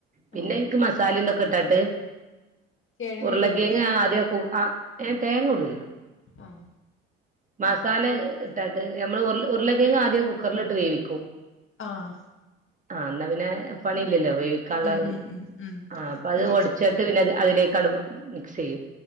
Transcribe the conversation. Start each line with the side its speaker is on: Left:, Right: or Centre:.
Right: പിന്നെ
Left: ആഹ്
Right: എനിക്ക് മസാല എന്തൊക്കെ ഇട്ടാട്ട്
Left: കിഴങ്ങിടൂലേ
Right: ഉരുളക്കേങ്ങ ആദ്യം ആ തേങ്ങ ഇടൂല
Left: ആഹ്
Right: മസാല
Left: ഉരുളക്ക്
Right: ഇത് നമ്മൾ ഉരു ഉരുളക്കേങ്ങ ആദ്യം കുക്കറിലിട്ട് വേവിക്കും
Left: ആഹ
Right: ആ എന്നാ പിന്നെ പണിയില്ലല്ലോ വേവിക്കാനുള്ളത്
Left: ഉം ഉം ഉം ഉം
Right: ആ അപ്പൊ അത്
Left: എന്നിട്ട്
Right: ഓടിച്ചിട്ട് പിന്നെ അതിലേക്ക് കടുവ മിക്സ് ചെയ്യും